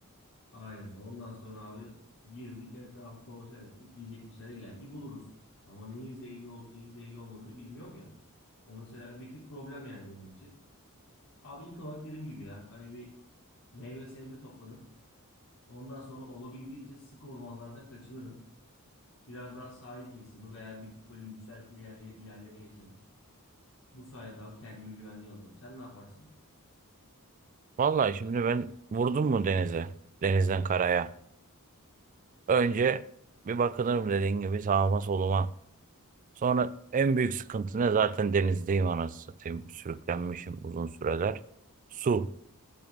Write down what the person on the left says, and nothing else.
Aynen. Ondan sonra abi girdik etrafı kontrol ettik. Yiyecek bir şeyler illaki buluruz. Ama neyin zehirli olup neyin zehirli olmadığını bilmiyorum ya. O mesela bir tık problem yani benim için. Abi ilk olarak dediğim gibi ya hani bir meyve sebze toplarım. Ondan sonra olabildiğince sık ormanlardan kaçınırım. Biraz daha sahil kesimi veya bir tık böyle yükseltili yer, yerlere geçerim. Bu sayede abi kendimi güvenliğe alırım. Sen ne yaparsın?